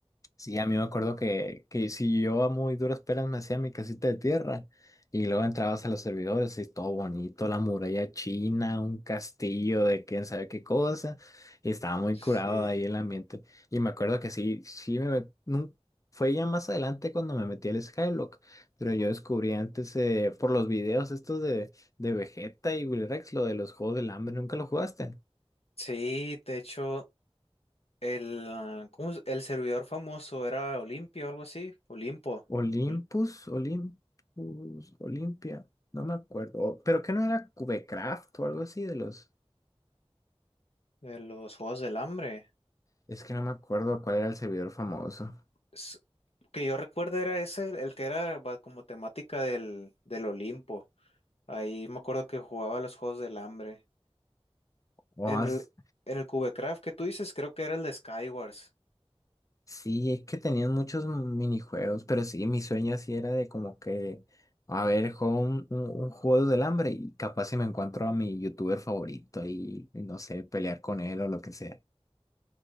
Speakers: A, on the left (about 30°); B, on the left (about 75°).
A: Sí, a mí me acuerdo que, que si yo a muy duras penas me hacía mi casita de tierra y luego entrabas a los servidores y todo bonito, la muralla china, un castillo de quién sabe qué cosa, y estaba muy
B: Sí,
A: curado ahí el ambiente. Y me acuerdo que sí, sí me met- nun- fue ya más adelante cuando me metí al Skylock, pero yo descubrí antes eh, por los videos estos de, de Vegeta y Willy Rex, lo de los Juegos del Hambre, ¿nunca lo jugaste?
B: sí, de hecho, el, ah, ¿cómo es? el servidor famoso era Olimpio, algo así, Olimpo,
A: Olympus,
B: Ol-
A: Olympus, Olimpia, no me acuerdo. O- Pero que no era Cubecraft o algo así de los.
B: de los Juegos del Hambre.
A: Es que no me acuerdo cuál era el servidor famoso.
B: S- que yo recuerdo era ese, el que era va- como temática del, del Olimpo. Ahí me acuerdo que jugaba los Juegos del Hambre.
A: O
B: En
A: as-
B: el, en el Cubecraft que tú dices, creo que era el de Skywars.
A: Sí, es que tenían muchos minijuegos, pero sí, mi sueño así era de como que, a ver, juego un, un, un juego del hambre y capaz si me encuentro a mi youtuber favorito y, y no sé, pelear con él o lo que sea.